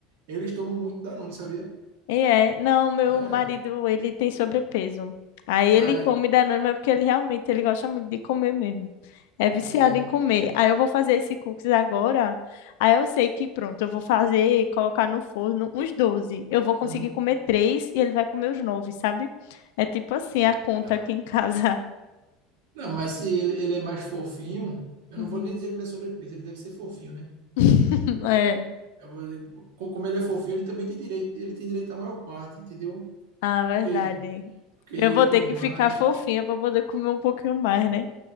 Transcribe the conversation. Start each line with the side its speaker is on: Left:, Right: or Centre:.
Right: eles tomam muito Danone, sabia?
Left: E é, não, meu
Right: É.
Left: marido, ele tem sobrepeso. Aí ele
Right: Ai,
Left: come Danone, mas porque ele realmente, ele gosta muito de comer mesmo. É viciado
Right: é.
Left: em comer. Aí eu vou fazer esse cookies agora. Aí eu sei que pronto, eu vou fazer, colocar no forno uns 12. Eu vou conseguir
Right: Uhum.
Left: comer três e ele vai comer os nove, sabe? É tipo assim
Right: Eita.
Left: a conta aqui em casa.
Right: Não, mas se ele, ele é mais fofinho, eu
Left: Uhum.
Right: não vou nem dizer que ele é sobrepeso, ele deve ser fofinho, né?
Left: <laughs>
Right: Eu,
Left: É,
Right: eu vou dizer, co- como ele é fofinho, ele também tem direito, ele tem direito à maior parte, entendeu?
Left: a verdade.
Right: Porque, porque
Left: Eu
Right: ele
Left: vou
Right: come
Left: ter que
Right: mais.
Left: ficar fofinha para poder comer um pouquinho mais, né?